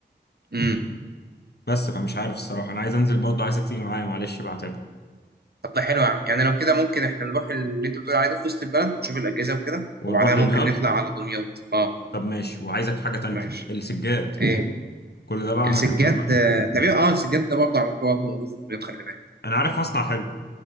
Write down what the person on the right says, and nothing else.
امم
طب ده حلو يعني يعني لو كده ممكن احنا نروح اللي انت بتقول عليه ده في وسط البلد نشوف الاجهزه وكده
وبعدها
ممكن نطلع على دمياط اه
ماشي
ايه
السجاد
آه، تقريبا اه السجاد ده برضه على فكره برضه موجود في دمياط خلي بالك